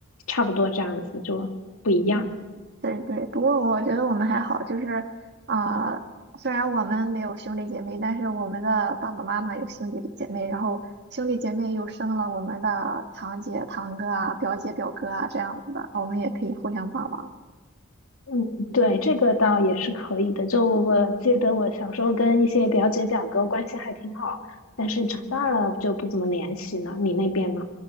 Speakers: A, on the left; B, on the right.
A: 差不多这样子就不一样。
B: 嗯，对对。不过我觉得我们还好，就是，啊、呃虽然我们没有兄弟姐妹，但是我们的爸爸妈妈有兄弟姐妹，然后兄弟姐妹又生了我们的堂姐、堂哥啊、表姐、表哥啊这样子的，我们也可以互相帮忙。
A: 嗯，对，这个倒也是可以的。就我记得我小时候跟一些表姐表哥关系还挺好，但是长大了就不怎么联系了。你那边呢？